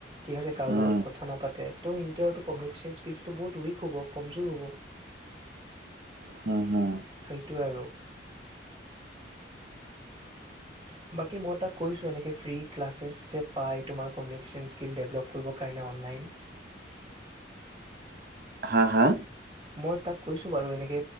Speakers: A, on the right; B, on the right.
A: ঠিক আছে কাৰো
B: উম
A: লগত কথা নাপাতে ত' <unintelligible> টো কমেনিকেশ্যন স্কিলটো বহুত উইক হব কমজোৰ হ'ব।
B: হুম হুম।
A: সেইটোৱে আৰু। হয় বাকী মই তাক কৈছোঁ এনেকৈ ফ্ৰী ক্লাচছেছ যে পাই তোমাৰ কমিউনিকেশ্যন স্কিল ডেভলপ কৰিবৰ কাৰণে অনলাইন।
B: হা? হা?
A: মই তাক কৈছো বাৰু এনেকে